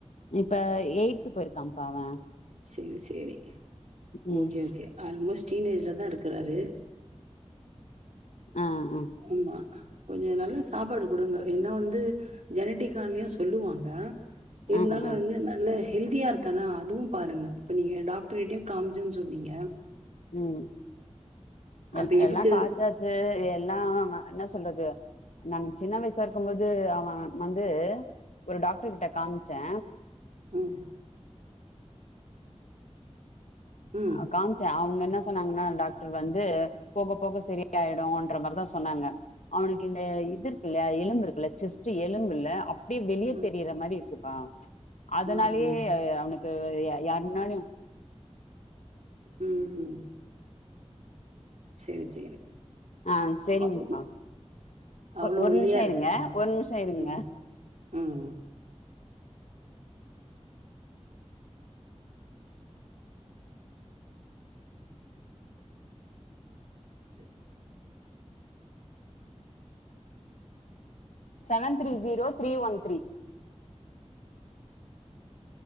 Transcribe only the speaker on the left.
இப்ப எய்த் போயிருக்காம்ப்பா அவ
ம்
ஆ ஆ
ஆ ஆ
ம் எல்
எல்லா
காச்சாச்சு எல்லா என்ன சொல்றது நாங்க சின்ன வயசா இருக்கும்போது அவ வந்து ஒரு டாக்டர் கிட்ட காம்ச்செ
ஆ காம்ச்சே அவு என்ன சொன்னாங்கன்னா டாக்டர் வந்து போக போக சரியாயிடுன்ற மாரிதா சொன்னாங்க அவனுக்கு இந்த இது இருக்குல்லயா எலும்பு இருக்குல்ல செஸ்ட் எலும்புல்ல அப்டியே வெளியே
தெரியுற மாரி இருக்குப்பா அதுனாலயே
அவனுக்கு யார் முன்னாலயு
ஆ சேரிங்கப்பா
ஒ ஒரு
நிம்ஷம்
இருங்க ஒரு நிம்ஷம் இருங்க
seven three zero three one three